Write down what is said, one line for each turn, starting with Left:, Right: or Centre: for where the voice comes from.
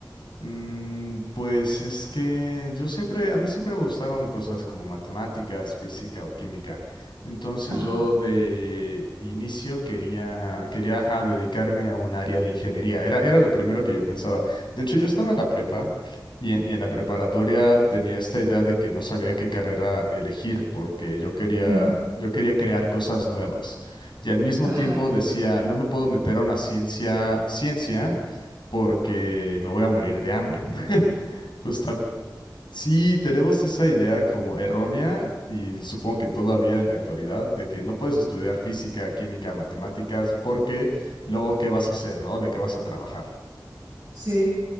Left: Mm, pues es que yo siempre, a mí siempre me gustaron cosas como matemáticas, física o química. Entonces
Right: Ajá.
Left: yo de inicio quería, quería ajá, dedicarme a un área de ingeniería. Era, era lo primero que yo pensaba. De hecho, yo estaba en la prepa y en, y en la preparatoria tenía esta idea de que no sabía qué carrera elegir porque yo quería,
Right: ujú.
Left: yo quería crear cosas nuevas. Y al mismo
Right: Ajá,
Left: tiempo decía, no me puedo meter a una ciencia, ciencia porque me voy a morir de hambre. <laughs> Justamente. Sí, tenemos esa idea como errónea y supongo que todavía en la actualidad de que no puedes estudiar física, química, matemáticas porque luego qué vas a hacer, ¿no? ¿De qué vas a trabajar?
Right: sí,